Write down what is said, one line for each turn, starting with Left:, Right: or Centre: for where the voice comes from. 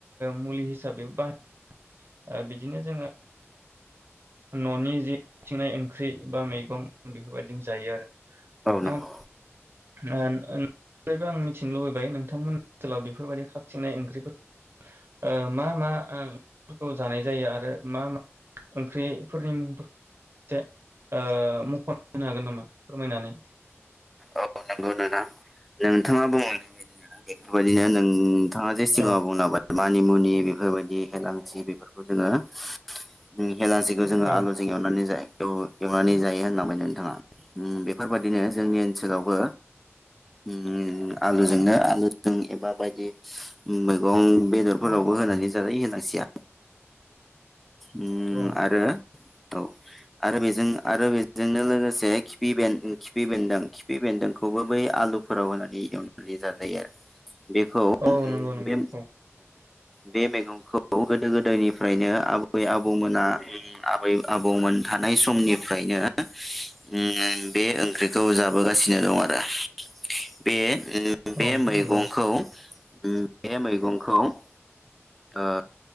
Right: मुलि हिसाबैबो <unintelligible> बिदिनो जोङो ननि जि थिंनाय ओंख्रि बा मैगं बेफोरबायदिनो जायो आरो।
Centre: औ नंगौ
Right: <unintelligible> मिथिनो लुबैबाय नोंथांमोननि ओनसोलाव बेफोरबायदि खाबथिंनाय ओंख्रि ओ मा मा ओंख्रिफोरखौ जानाय जायो आरो मा मा ओंख्रिफोरनि मुंफोरखौ से ओ मख होनो हागोन नामा फोरमायनानै?
Centre: औ नंगौ नोंथां नोंथाङा बुं <unintelligible> बेफोरबादिनो नों थाङा जेसे <unintelligible>
Right: औ
Centre: मानिमुनि बेफोरबायदि हेलांसि बेफोरखौ जोङो होम <unintelligible> हेलांसिखौ जोङो
Right: औ
Centre: आलुजों एवनानै जायो। एव एवनानै जायो होनलाबाय नोंथाङा उम बेफोरबायदिनो जोंनि ओनसोलावबो। उम आलुजोंनो आलुजों एबा बायदि मैगं बेदरफोरावबो होनानै जायो हेलांसिआ। उम
Right: औ
Centre: आरो औ आरो बेजों आरो बेजोंनो लोगोसे खिफि बेन खिफि बेन्दों खिफ बेन्दोंख बेखौबो बै आलुफोराव होनानै एवनानै जाजायो आरो। बेखौ
Right: औ नंगौ नंगौ
Centre: बे
Right: औ।
Centre: बे मैगंखौ गोदो गोदायनिफ्रायनो आबै आबौमोना उम आबै आबौमोन थानाय समनिफ्रायनो उम बे ओंख्रिखौ जाबोगासिनो दं आरो। बे <unintelligible> बे
Right: औ
Centre: मैगंखौ
Right: नंगौ
Centre: उम बे मैगंखौ ओ